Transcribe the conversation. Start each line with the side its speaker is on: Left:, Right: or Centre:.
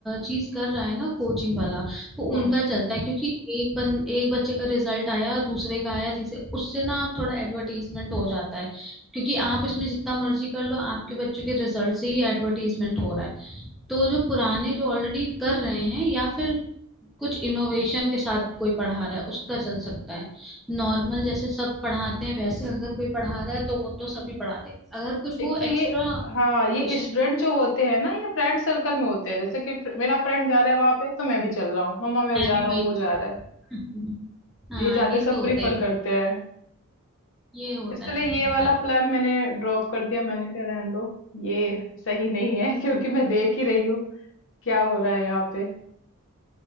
Centre: चीज कर रहा है ना कोचिंग वाला वो
Left: हम्म
Centre: उनका चलता है क्योंकि एक बन एक बच्चे का रिजल्ट आया दूसरे का आया तीसरे उससे ना थोड़ा एडवर्टीजमेंट हो जाता है क्योंकि आप इसमें जितना मर्जी कर लो आपके बच्चों के रिजल्ट से ही एडवर्टीजमेंट हो रहा है तो जो पुराने जो ऑलरेडी कर रहे हैं या फिर कुछ इनोवेशन के साथ कोई पढ़ा रहा है उसका चल सकता है नॉर्मल जैसे सब पढ़ाते हैं वैसे अगर कोई पढ़ा रहा है तो वो तो सभी पढ़ा लेंगे अगर कुछ वो
Left: एक तो ये
Centre: एक्स्ट्रा
Left: हाँ
Centre: ट्यूशन
Left: ये स्टूडेंट जो होते हैं ना ये फ्रेंड सर्कल में होते हैं जैसे कि फ्र- मेरा फ्रेंड जा रहा है वहां पे तो मैं भी चल रहा हूँ मम्मा मैं
Centre: मैं
Left: जा
Centre: भी
Left: रहा
Centre: वही
Left: हूँ वो जा रहा है
Centre: <laughs> हाँ
Left: ये ज्यादा
Centre: ये
Left: सब
Centre: तो होता
Left: प्रीफर
Centre: ही
Left: करते हैं
Centre: ये होता
Left: इसलिए
Centre: है ये होता
Left: ये वाला
Centre: है
Left: प्लान मैंने ड्रॉप कर दिया मैंने कहा रहने दो ये सही नहीं है <laughs> क्योंकि मैं देख ही रही हूँ क्या हो रहा है यहाँ पे